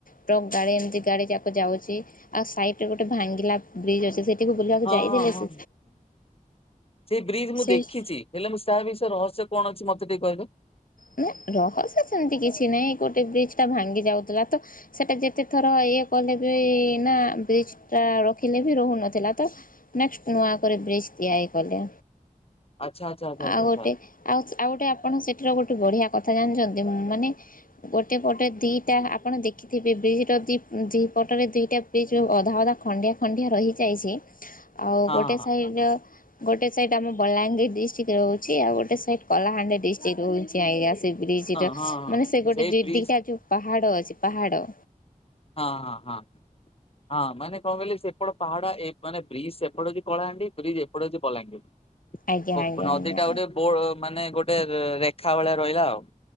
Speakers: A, on the left; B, on the left.
A: ଟ୍ରକ୍ ଗାଡି ଏମିତି ଗାଡି ଯାକ ଯାଉଛି। ଆଉ ସାଇଡ ରେ ଗୋଟେ ଭାଙ୍ଗିଲା ବ୍ରିଜ୍ ଅଛି ସେଠି। କୁ ବୁଲିବାକୁ
B: ହଁ
A: ଯାଇ
B: ହଁ
A: ଦେଲେ
B: ହଁ
A: ସେ
B: ସେଇ ବ୍ରିଜ ମୁଁ
A: ସେଇ
B: ଦେଖିଛି ହେଲେ ମୁଁ ତାହା ବିଷୟ ରହସ୍ୟ। କଣ ଅଛି ମତେ ଟିକେ କହିଲେ।
A: ନା ରହସ୍ୟ ସେମିତି କିଛି ନାହିଁ ଗୋଟେ ବ୍ରିଜ ଟା ଭାଙ୍ଗି ଯାଉଥିଲା ତ ସେଟା ଯେତେ ଥର ଇଏ କଲେ ବି ନା ବ୍ରିଜ ଟା ରଖିଲେ ବି ରହୁନଥିଲା ତ ନେକ୍ସଟ ନୂଆ କରି ବ୍ରିଜ ତିଆରି କଲେ।
B: ଆଚ୍ଛା ଆଚ୍ଛା ଆଚ୍ଛା ଆଚ୍ଛା
A: ଆଉ
B: ଆଚ୍ଛା
A: ଗୋଟେ ଆଉ ଆଉ ଗୋଟେ ଆପଣ ସେଠର ଗୋଟେ। ବଢିଆ କଥା ଜାଣିଛନ୍ତି ମାନେ ଗୋଟେ ପଟେ ଦିଟା ଆପଣ ଦେଖିଥିବେ ବ୍ରିଜ ର ଦି ଦି ପଟରେ ଦିଟା ବ୍ରିଜ ଅଧା ଅଧା ଖଣ୍ଡିଆ ଖଣ୍ଡିଆ ରହିଯାଇଛି। ଆଉ
B: ହଁ
A: ଗୋଟେ
B: ହଁ
A: ସାଇଡ଼। ଗୋଟେ ସାଇଡ ଆମ ବଲାଙ୍ଗୀର ଡିଷ୍ଟ୍ରିକ୍ଟ ରହୁଛି ଆଉ ଗୋଟେ ସାଇଡ୍ କଳାହାଣ୍ଡି ଡିଷ୍ଟ୍ରିକ୍ଟ ରହୁଛି। ଆଇଞା <unintelligible> ସେ ବ୍ରିଜଟା
B: ହଁ ହଁ ହଁ
A: ମାନେ ସେ ଗୋଟେ
B: ସେଇ
A: ଦି
B: ବ୍ରିଜ
A: ଦିଟା ଯୋଉ ପାହାଡ ଅଛି। ପାହାଡ଼।
B: ହଁ ହଁ ହଁ ହଁ ମାନେ କଣ କହିଲେ ସେପଟ ପାହାଡ। ମାନେ ବ୍ରିଜ୍ ସେପଟ ହଉଚି ପଳାହାଣ୍ଡି ବ୍ରିଜ୍ ଏପଟ ହଉଚି ବଲାଙ୍ଗିର।
A: ଆଜ୍ଞା ଆଜ୍ଞା
B: ନଦୀ
A: ଆଜ୍ଞା
B: ଟା ଗୋଟେ ବୋ ମାନେ ଗୋଟେ ରେଖା ଭଳିଆ ରହିଲା ଆଉ।